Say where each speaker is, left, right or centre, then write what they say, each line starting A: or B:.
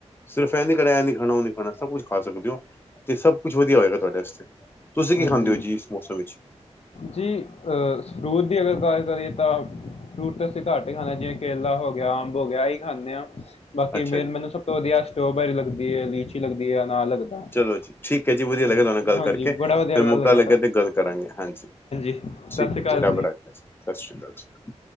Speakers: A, on the left (about 20°); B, on the left (about 60°).
A: ਸਿਰਫ ਐ ਨੀ ਕਹਿਣਾ ਇਹ ਨੀ ਖਾਣਾ ਉਹ ਨੀ ਖਾਣਾ ਸਭ ਕੁਛ ਖਾ ਸਕਦੇ ਹੋ ਤੇ ਸਭ ਕੁਛ ਵਧੀਆ ਹੋਏਗਾ ਤੁਹਾਡੇ ਵਾ। ਤੁਸੀਂ ਕੀ
B: ਹਾਂਜੀ
A: ਖਾਂਦੇ ਹੋ ਜੀ ਇਸ ਮੌਸਮ ਵਿੱਚ?
B: ਜੀ ਅਹ ਫਰੂਟ ਦੀ ਅਗਰ ਗੱਲ ਕਰੀਏ ਤਾਂ। ਫਰੂਟ ਤਾਂ ਅਸੀਂ ਘੱਟ ਹੀ ਖਾਣਾ ਚਾਹੀਦਾ ਜਿਵੇਂ ਕੇਲਾ ਹੋ ਗਿਆ ਅੰਬ ਹੋ ਗਿਆ ਆਹੀ ਖਾਂਦੇ ਹਾਂ। ਬਾਕੀ
A: ਅੱਛਾ
B: ਮੇਨ
A: ਜੀ,
B: ਮੈਨੂੰ ਸਭ ਤੋਂ ਵਧੀਆ ਸਟ੍ਰੋਬੈਰੀ ਲੱਗਦੀ ਹੈ, ਲੀਚੀ ਲੱਗਦੀ ਹੈ, ਅਨਾਰ ਲੱਗਦਾ।
A: ਚਲੋ ਜੀ ਠੀਕ ਹੈ ਜੀ ਵਧੀਆ
B: ਹਾਂਜੀ
A: ਲੱਗਿਆ ਤੁਹਾਡੇ ਨਾਲ ਗੱਲ
B: ਹਾਂਜੀ
A: ਕਰਕੇ
B: ਬੜਾ
A: ਫਿਰ
B: ਵਧੀਆ
A: ਮੌਕਾ
B: ਗੱਲ
A: ਲੱਗਿਆ
B: ਤੁਹਾਨੂੰ
A: ਤੇ ਗੱਲ ਕਰਾਂਗੇ ਹਾਂਜੀ।
B: ਸਤਿ
A: ਠੀਕ
B: ਸ਼੍ਰੀ
A: ਹੈ
B: ਅਕਾਲ
A: ਜੀ, ਰੱਬ ਰਾਖਾ, ਸਤਿ ਸ਼੍ਰੀ ਅਕਾਲ ਜੀ।